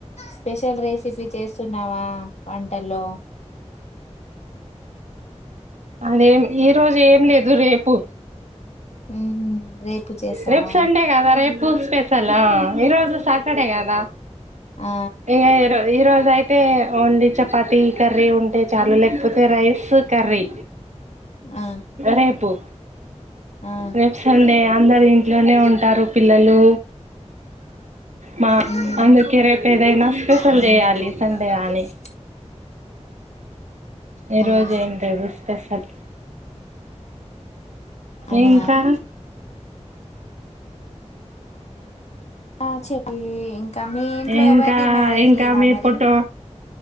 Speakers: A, on the left; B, on the right.
A: స్పెషల్ రెసిపీ చేస్తున్నావా వంటల్లో
B: అదేం ఈ రోజు ఏం లేదు రేపు
A: హుహు. రేపు చేస్తావా?
B: రేపు సండే కదా రేపు స్పేస్ ల ఈరోజు సాటర్డే కదా
A: ఆ!
B: ఏరు ఈ రోజ అయితే ఓన్లీ చె చపాతి కర్రీ ఉంటే చాలు లేకపోతే రైస్ కర్రీ
A: ఆ!
B: రేపు
A: ఆ!
B: రేపు అందరు ఇంట్లోనే ఉంటారు పిల్లలు మా
A: హ్మ్.
B: అందుకే రేపు ఏదైనా స్పెషల్
A: హ్మ్.
B: చేయాలి సండే అని ఈరోజు
A: ఆహా!
B: ఏం తెదు స్పెషల్
A: అవునా!
B: ఇంకా
A: ఆ చెప్పి ఇం ఇకా మీ ఇంట్లో
B: ఇంకా
A: ఎవరిది మ్యారేజ్
B: ఇంకా
A: లేదా
B: మీ
A: మరి
B: ఫోటో